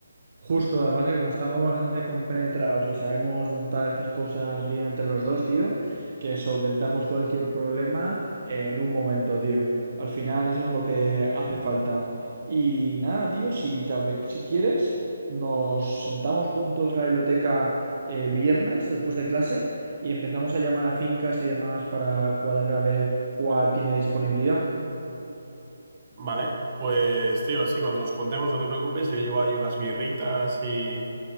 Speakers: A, on the right; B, on the right.
A: Justo, además que como estamos bastante compenetrados y sabemos montar estas cosas bien entre los dos, tío, que solventamos cualquier problema en un momento, tío. Al final eso es lo que hace falta. Y nada, tío, si, te ape- si quieres, nos sentamos juntos en la biblioteca el viernes después de clase y empezamos a llamar a fincas y demás para cuadrar a ver cuál tiene disponibilidad.
B: Vale, pues tío, sí, cuando nos juntemos, no te preocupes, yo llevo ahí unas birritas y